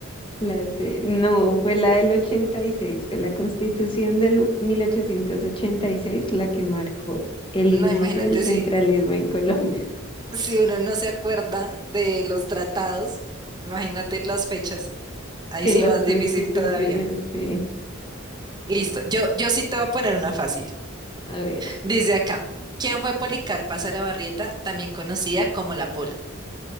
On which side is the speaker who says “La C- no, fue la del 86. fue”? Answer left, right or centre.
Left